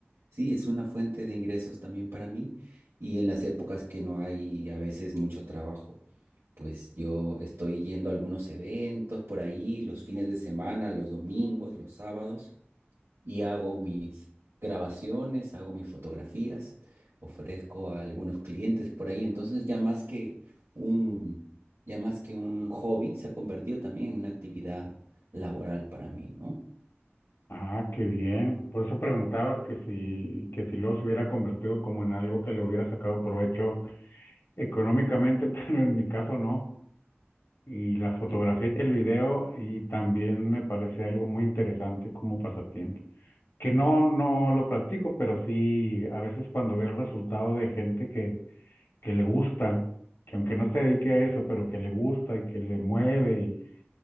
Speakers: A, on the right; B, on the left.
A: sí, es una fuente de ingresos también para mí y en las épocas que no hay a veces mucho trabajo, pues yo estoy yendo a algunos eventos por ahí, los fines de semana, los domingos, los sábados y hago mis grabaciones, hago mis fotografías, ofrezco a algunos clientes por ahí. Entonces ya más que un, ya más que un hobby, se ha convertido también en una actividad laboral para mí, ¿no?
B: ah, qué bien. Por eso preguntabas que si, que si luego se hubiera convertido como en algo que le hubiera sacado provecho económicamente, <laughs> pero en mi caso no. Y la fotografía
A: Sí.
B: y el video, y también me parece algo muy interesante como pasatiempo, que no, no lo practico, pero sí a veces cuando veo el resultado de gente que, que le gusta, que aunque no se dedique a eso, pero que le gusta y que le mueve y,